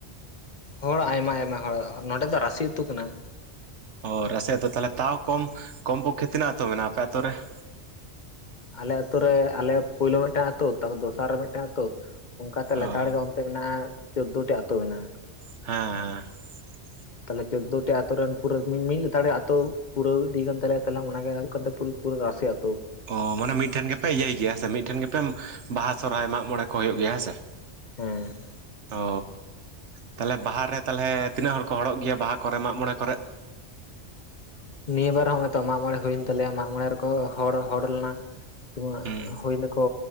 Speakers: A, on the left (about 45°); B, on the right (about 75°).
A: ᱦᱚᱲ, ᱟᱭᱢᱟ ᱟᱭᱢᱟ ᱦᱚᱲ, ᱱᱚᱰᱮ ᱫᱚ ᱨᱟᱥᱤ ᱟᱹᱛᱩ ᱠᱟᱱᱟ ᱾
B: ᱚ ᱼ, ᱨᱟᱹᱥᱤ ᱟᱛᱳ ᱾ ᱛᱟᱦᱚᱞᱮ, ᱛᱟᱣ ᱠᱚᱢ, ᱠᱚᱢ ᱯᱚᱠᱠᱷᱮ, ᱛᱤᱱᱟᱹᱜ ᱟᱛᱳ ᱢᱮᱱᱟᱜᱼᱟ? ᱟᱯᱮ ᱟᱛᱳ ᱨᱮ ᱾
A: ᱟᱞᱮ ᱟᱹᱛᱩ ᱨᱮ, ᱟᱞᱮ ᱯᱳᱭᱞᱳ ᱢᱤᱫᱴᱟᱝ ᱟᱹᱛᱩ, ᱛᱟᱨᱯᱚᱨ ᱫᱚᱥᱟᱨ ᱨᱮ ᱢᱤᱫᱴᱟᱝ ᱟᱹᱛᱩ, ᱚᱱᱠᱟ ᱛᱮ
B: ᱚ
A: ᱞᱮᱛᱟᱲ ᱜᱮ ᱢᱮᱱᱟᱜᱼᱟ ᱾ ᱪᱳᱫᱫᱳᱴᱤ ᱟᱛᱳ ᱢᱮᱱᱟᱜᱼᱟ ᱾
B: ᱦᱮᱸᱼᱦᱮᱸᱻ ᱾
A: ᱛᱟᱦᱚᱞᱮ, ᱪᱳᱫᱫᱳᱴᱤ ᱟᱹᱛᱩ ᱨᱮᱱ ᱯᱩᱨᱟᱹ ᱢᱤᱫ, ᱢᱤᱫ ᱞᱟᱛᱟᱲ ᱜᱮ ᱟᱛᱳ ᱯᱩᱨᱟᱹᱣ ᱤᱫᱤᱭ ᱠᱟᱱ ᱛᱟᱞᱮᱭᱟ ᱛᱟᱞᱟᱝ ᱾ ᱚᱱᱟ ᱜᱮ <unintelligible> ᱯᱩᱨᱟ. ᱨᱟᱥᱤ ᱟᱹᱛᱩ ᱾
B: ᱚᱻ, ᱢᱟᱱᱮ ᱢᱤᱫᱴᱷᱮᱱ ᱜᱮᱯᱮ, ᱤᱭᱟᱹᱭ ᱜᱮᱭᱟ, ᱦᱮᱸᱥᱮ, ᱢᱤᱫᱴᱷᱮᱱ ᱜᱮᱯᱮ, ᱵᱟᱦᱟ ᱥᱚᱨᱦᱟᱭ, ᱢᱟᱜᱽ ᱢᱚᱬᱮ ᱠᱚ ᱦᱩᱭᱩᱜ ᱜᱮᱭᱟ ᱾ ᱦᱮᱸ ᱥᱮ?
A: ᱦᱮᱸᱻ ᱾
B: ᱚᱻ ᱛᱟᱦᱚᱞᱮ, ᱵᱟᱦᱟ ᱨᱮ ᱛᱟᱦᱚᱞᱮ, ᱛᱤᱱᱟᱹᱜ? ᱦᱚᱲ ᱠᱚ ᱦᱚᱲᱚᱜ ᱜᱮᱭᱟ ᱾ ᱵᱟᱦᱟ ᱠᱚᱨᱮ, ᱢᱟᱜ ᱢᱚᱬᱮ ᱠᱚᱨᱮ ᱾
A: ᱱᱤᱭᱟᱹ ᱵᱟᱨ ᱦᱚᱸ, ᱦᱚᱭ ᱛᱚ ᱢᱟᱜ ᱢᱚᱬᱮ, ᱦᱩᱭᱮᱱ ᱛᱟᱞᱮᱭᱟ ᱾ ᱢᱟᱜ ᱢᱚᱬᱮ ᱨᱮᱠᱚ ᱦᱚᱲ, ᱦᱚᱲ ᱞᱮᱱᱟ ᱾ ᱚᱶᱟ,
B: ᱦᱩᱸ
A: ᱦᱩᱭᱮᱱᱟ ᱠᱚ,